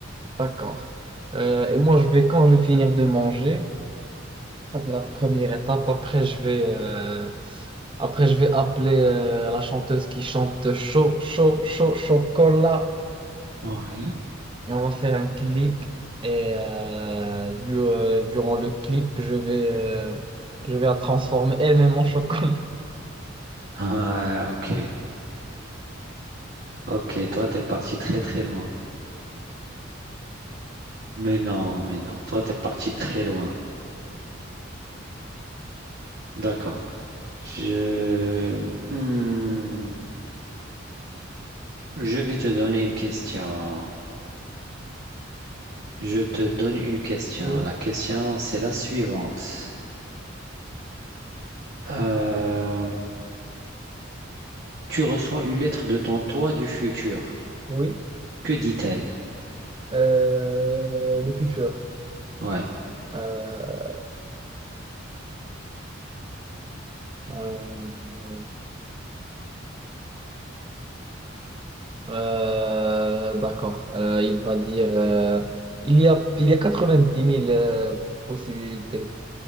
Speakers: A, on the right; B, on the right.
A: D'accord. Euh, et moi, je vais, quand je vais finir de manger, ça c'est la première étape. Après, je vais, euh, après, je vais appeler euh, la chanteuse qui chante chaud, chaud, chaud, chocolat.
B: Ouais.
A: Et on va faire un clip. Et euh, du- euh, durant le clip, je vais, euh, je vais la transformer elle-même en chocolat.
B: Ah, ok. Ok, toi, t'es parti très, très loin. Mais non, mais non. Toi, t'es parti très loin. D'accord. Je... Hmm. Je vais te donner une question. Je te donne une question.
A: Oui,
B: La question, c'est la suivante. Euh, Tu reçois une lettre de ton toi du futur.
A: oui.
B: Que dit-elle?
A: Euh, le futur.
B: Ouais.
A: Euh, euh, euh, d'accord. Euh, il va dire euh, il y a, il y a 90 000 euh, possibilités.